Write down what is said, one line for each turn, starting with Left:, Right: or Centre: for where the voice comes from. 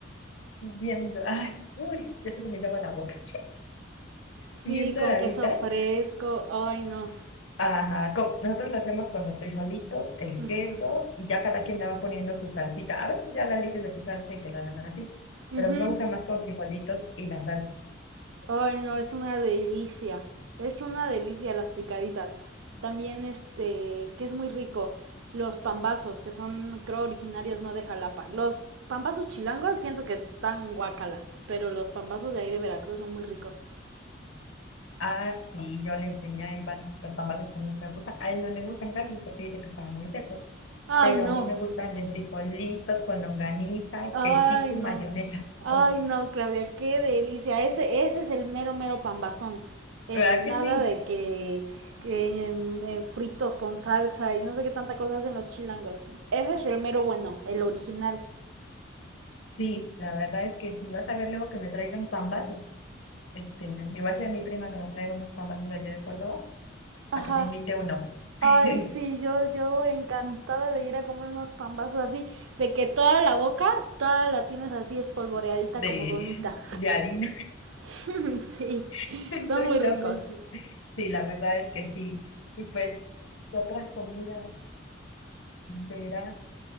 Left: bien, do- ay, uy, ya se me hizo agua en la boca,
Right: Sí,
Left: bien doraditas,
Right: con queso fresco. Ay, no.
Left: ajá, co- nosotros lo hacemos con los frijolitos, el
Right: Ujú.
Left: queso, y ya cada quien le va poniendo su salsita, a veces ya la eliges de tu salsa y te la dan así,
Right: Ujú.
Left: pero a mí me gusta más con frijolitos y la salsa.
Right: Ay, no, es una delicia. Es una delicia las picaditas. También este, que es muy rico, los pambazos, que son, creo, originarios no de Jalapa. Los pambazos chilangos siento que están guacala, pero los pambazos de ahí de Veracruz son muy ricos.
Left: Ah, sí, yo le enseñé a Iván, los tamales también me gustan. A él no le gustan casi porque dice que están muy secos,
Right: Ay,
Left: pero
Right: no,
Left: a mí me gustan de frijolitos con longaniza,
Right: Ay,
Left: quesito
Right: no
Left: y mayonesa.
Right: sé. Ay,
Left: Uf,
Right: no, Claudia, qué delicia. Ese, ese es el mero, mero pambazón. Ese,
Left: ¿verdad
Right: nada
Left: que sí?
Right: de que, que en- en fritos con salsa y no sé qué tanta cosa hacen los chilangos. Ese es el mero bueno, el original.
Left: Sí, la verdad es que si vas a ver luego que me traigan pambazos, este, le voy a decir a mi prima que me traiga unos pambazos de allá de Córdoba,
Right: Ajá.
Left: a que te invite uno <laughs>
Right: Ay, sí, yo, yo encantada de ir a comer unos pambazos así, de que toda la boca, toda la tienes así espolvoreadita
Left: de,
Right: como donita.
Left: de harina.
Right: <laughs> Sí,
Left: <laughs> Exactamente.
Right: son muy ricos.
Left: Sí, la verdad es que sí. Y pues, ¿qué otras comidas? verás